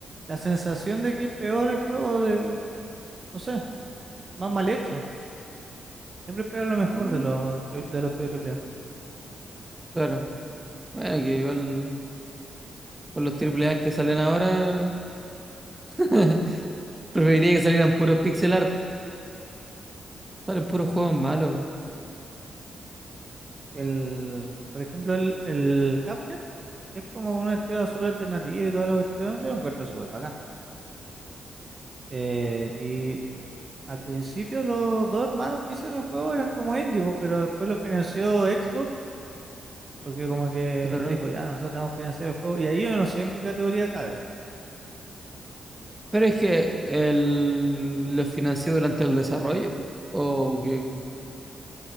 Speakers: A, on the right (about 40°); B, on the right (about 15°).
A: la sensación de que es peor el juego, de, no sé, más mal hecho. Siempre espera lo mejor
B: mm,
A: de los, tri- de los estudios AAA.
B: claro. Bueno, que igual con los triple A que salen ahora, <laughs> preferiría que salieran puros pixel art. Salen puros juegos malos,
A: El, por ejemplo, el, el Cuphead es como un estilo súper alternativo y toda la cuestión. Yo lo encuentro súper bacán. Eh, y al principio los dos hermanos que hicieron el juego eran como indies, po, pero después lo financió Xbox porque como que
B: claro.
A: les dijo, ya, nosotros te vamos a financiar el juego. Y ahí yo no sé en qué categoría cabe.
B: Pero es que el, los financió durante el desarrollo. O que,